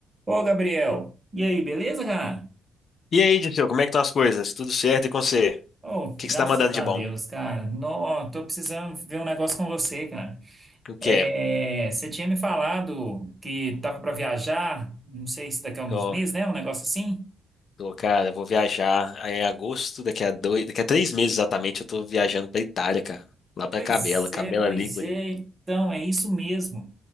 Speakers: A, on the right (about 20°); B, on the left (about 55°).
A: Ô, Gabriel, e aí, beleza, cara?
B: E aí, Dirceu, como é que estão as coisas? Tudo certo e com você? O
A: Oh,
B: que
A: graças
B: que você tá mandando
A: a
B: de bom?
A: Deus, cara. Nó, tô precisando ver um negócio com você, cara.
B: O quê?
A: É, você tinha me falado que tava pra viajar, não sei se daqui a alguns
B: Tô,
A: meses, né? Um negócio assim.
B: tô, cara, vou viajar aí em agosto, daqui a dois, daqui a três meses exatamente, eu tô viajando pra Itália, cara. Lá pra
A: Pois
B: Cabela, Cabela
A: é, pois
B: Ligure.
A: é. Então, é isso mesmo.